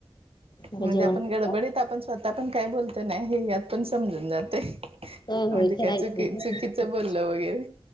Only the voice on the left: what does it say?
मग
जेवण
करतात
होय
होय
खरं आहे
की.